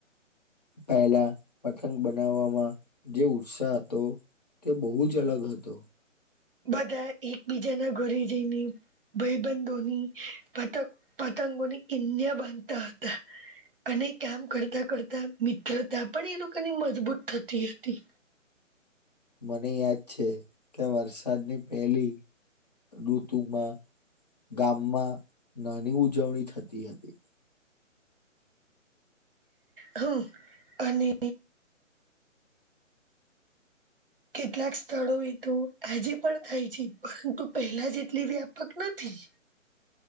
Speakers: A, on the left; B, on the right.
A: પહેલા પતંગ બનાવવામાં જે ઉત્સાહ હતો. તે બહુ જ અલગ હતો.
B: બધા એકબીજા ના ઘરે જઈને. ભબંધોની પતંગ પતંગોની કિન્યા બંધતા હતા. અને કામ કરતા કરતા મિત્રતા પણ એ લોકોની મજબૂત થતી હતી.
A: મને યાદ છે કે વરસાદની પેલી. ઋતુમાં ગામમાં નાની ઉજવણી થતી હતી.
B: હમ અને. કેટલાક સ્થળો એ તો આજે પણ થાય છે પરંતુ પહેલા જે એટલી વ્યાપક નથી.